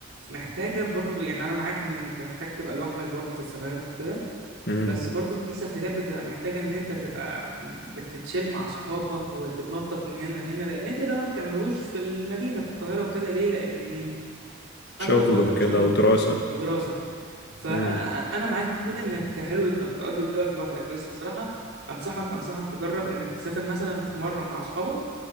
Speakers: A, on the right; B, on the left.
A: محتاجة برضو يعني أنا معاك إن أنت محتاج تبقى لوحدك برضو في السفريات وكده
B: امم
A: بس برضو في سفريات بتبقى محتاجة إن أنت تبقى بتتشيل مع أصحابك وتتنطط من هنا لهنا لأن أنت ده ما بتعملوش في المدينة في القاهرة وكده ليه؟ لأن
B: شغل
A: أغلب وقتك
B: وكده
A: شغل
B: ودراسة
A: ودراسة فأنا
B: امم
A: معاك جدا إنك حلو إنك تقضي وقت لوحدك بس بصراحة أنصحك أنصحك تجرب إنك تسافر مثلا في مرة مع أصحابك